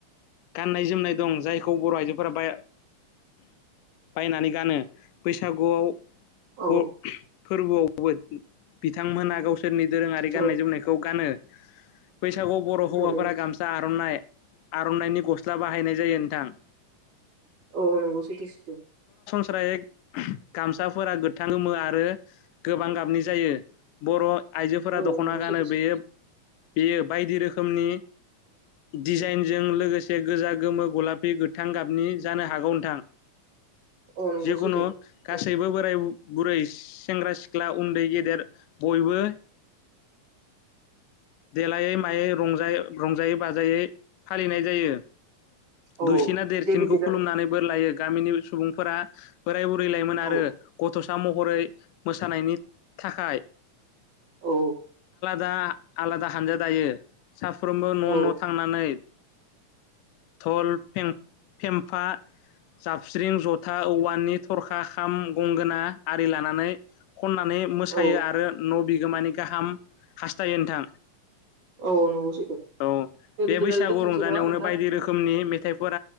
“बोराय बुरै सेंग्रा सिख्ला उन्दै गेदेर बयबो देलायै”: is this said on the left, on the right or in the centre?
Left